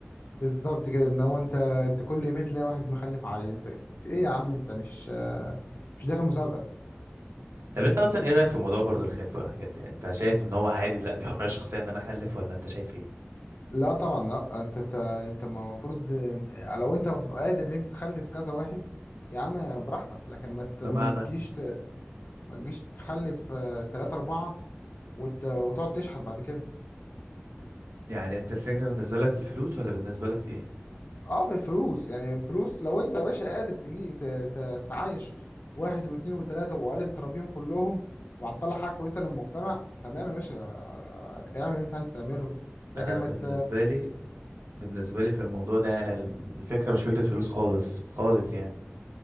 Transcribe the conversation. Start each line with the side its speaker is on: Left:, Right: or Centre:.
Left: بالظبط كده ان هو انت انت كل يومين تلاقي واحد مخلف عيال انت في ايه يا عم انت مش مش داخل مسابقه
Right: طب انت اصلا ايه رأيك في موضوع برضه الخلفة والحاجات دي يعني انت شايف ان هو عادي لا دي حرية شخصية ان انا اخلف ولا انت شايف ايه
Left: لا طبعا لا انت انت انت المفروض لو انت قادر ان انت تخلف كذا واحد يا عم براحتك لكن ما ت-
Right: بمعنى
Left: ما تجيش ت- ما تجيش تخلف آه، تلاتة أربعة وت... وتقعد تشحت بعد كده
Right: يعني انت الفكرة بالنسبة لك في الفلوس ولا بالنسبة لك في ايه
Left: اه في الفلوس يعني الفلوس لو انت يا باشا قادر تجي ت... ت... تعايش واحد واثنين وثلاثة وقادر تربيهم كلهم وهتطلع حاجة كويسة للمجتمع تمام يا باشا آه، اعمل اللي انت عايز تعمله
Right: انا
Left: لكن ما
Right: بالنسبه
Left: ت...
Right: لي بالنسبه لي في الموضوع ده يعني الفكره مش فكره فلوس خالص خالص يعني